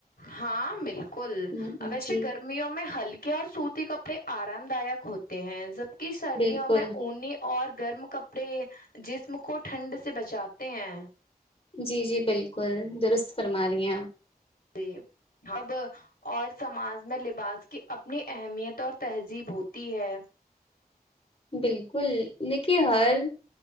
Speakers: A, on the left (about 80°); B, on the left (about 40°).
A: ہاں بالکل
B: ہم،
A: اب ایسے
B: جی
A: گر میوں میں ہلکے اور سوتی کپڑے آرام دایک ہوتے ہیں جب کی سردیوں
B: بالکل
A: میں انی اور گرم کپڑے جسم کو ٹھنڈ سے بچاتے ہیں
B: جی جی بالکل درست فرما رہی ہیں آپ
A: <unintelligible> اور سماج میں لباس کی اپنی اہمیت اور تہذیب ہوتی ہے
B: بالکل لکی حل